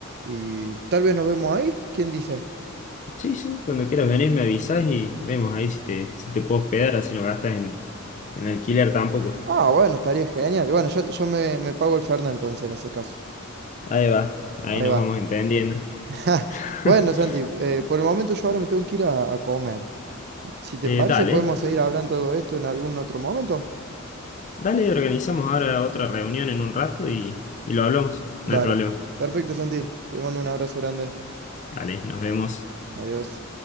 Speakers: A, on the right (about 50°); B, on the left (about 35°).
A: y tal vez nos vemos ahí. ¿Quién dice?
B: Sí, sí, cuando quieras venir me avisas y vemos ahí si te, si te puedo hospedar, así no gastas en, en alquiler tampoco.
A: Ah, bueno, estaría genial. Bueno, yo, yo me, me pago el Fernet entonces en ese caso.
B: Ahí va, ahí
A: Ahí
B: nos
A: va.
B: vamos entendiendo.
A: <laughs> Ja, Bueno,
B: <laughs>
A: Santi, eh, por el momento yo ahora me tengo que ir a, a comer. Si te
B: Eh,
A: parece,
B: dale,
A: podemos seguir hablando de todo esto en algún otro momento.
B: dale, organizamos ahora otra reunión en un rato y, y lo hablamos.
A: Dale.
B: No hay problema.
A: Perfecto, Santi. Te mando un abrazo grande.
B: Dale, nos vemos.
A: Adiós.